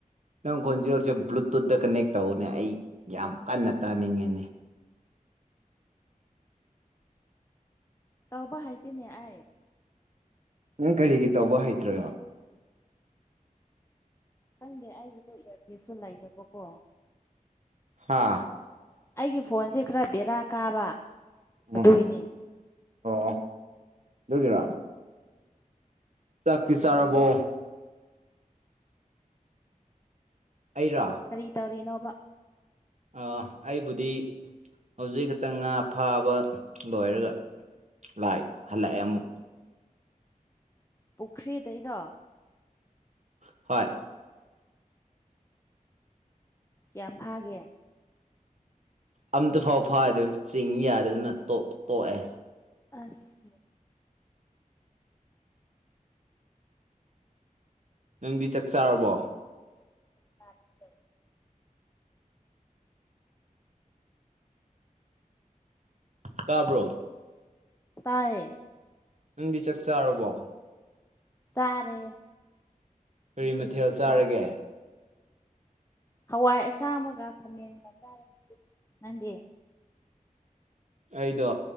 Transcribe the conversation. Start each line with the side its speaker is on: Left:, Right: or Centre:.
Right: ꯅꯪ ꯈꯣꯟꯖꯦꯜꯁꯦ ꯕ꯭ꯂꯨꯇꯨꯠꯇ ꯀꯅꯦꯛ ꯇꯧꯅꯦ ꯑꯩ ꯌꯥꯝ ꯀꯟꯅ ꯇꯥꯅꯤꯡꯉꯅꯦ
Left: ꯇꯧꯕ ꯍꯩꯇꯦꯅꯦ ꯑꯩ
Right: ꯅꯪ ꯀꯔꯤꯒꯤ ꯇꯧꯕ ꯍꯩꯇ꯭ꯔꯕ
Left: ꯈꯪꯗꯦ ꯑꯩꯒꯤꯗꯣ ꯏꯌꯥꯔꯐꯤꯁꯁꯨ ꯂꯩꯇꯕꯀꯣ
Right: ꯍꯥꯥ
Left: ꯑꯩꯒꯤ ꯐꯣꯟꯁꯦ ꯈꯔ ꯕꯦꯔꯥ ꯀꯥꯕ ꯑꯗꯨꯒꯤꯅ‌ꯦ
Right: ꯎꯝ ꯑꯣ ꯑꯗꯨꯒꯤꯔꯣ ꯆꯥꯛꯇꯤ
Left: ꯀꯩꯗꯧꯔꯤꯅꯣ
Right: ꯆꯥꯔꯕꯣ꯫ ꯑꯩꯔꯣ꯫
Left: ꯀꯔꯤ ꯇꯧꯔꯤꯅꯣꯕ꯫
Right: ꯑꯥ ꯑꯩꯕꯨꯗꯤ ꯍꯧꯖꯤꯛ ꯈꯛꯇꯪ ꯉꯥ ꯐꯥꯕ ꯂꯣꯏꯔꯒ꯫ ꯂꯥꯛꯏ ꯍꯜꯂꯛꯑꯦ ꯑꯃꯨꯛ꯫
Left: ꯄꯨꯈ꯭ꯔꯤꯗꯩꯔꯣ꯫
Right: ꯍꯣꯏ꯫
Left: ꯀꯌꯥꯝ ꯐꯥꯒꯦ꯫
Right: ꯑꯝꯇ ꯐꯥꯎ ꯐꯥꯗꯦ ꯆꯤꯡ ꯌꯥꯗꯗꯅ ꯇꯣꯛ ꯇꯣꯛꯑꯦ꯫
Left: ꯑꯁ꯫
Right: ꯅꯪꯗꯤ ꯆꯥꯛ ꯆꯥꯔꯕꯣ꯫
Left: ꯆꯥꯅꯤꯡꯗꯦ꯫
Right: ꯇꯥꯕ꯭ꯔꯣ꯫
Left: ꯇꯥꯏꯌꯦ꯫
Right: ꯅꯪꯗꯤ ꯆꯥꯛ ꯆꯥꯔꯕꯣ꯫
Left: ꯆꯥꯔꯦ
Right: ꯀꯔꯤ
Left: ꯅꯨꯡꯊꯤꯟꯒꯤꯗꯤ
Right: ꯃꯊꯦꯜ ꯆꯥꯔꯒꯦ
Left: ꯆꯥ__ ꯍꯋꯥꯏ ꯑꯁꯥꯡꯕꯒ ꯈꯥꯃꯦꯟꯒ ꯆꯥꯔꯦ ꯉꯥꯁꯤꯗꯤ ꯅꯪꯗꯤ꯫
Right: ꯑꯩꯗꯣ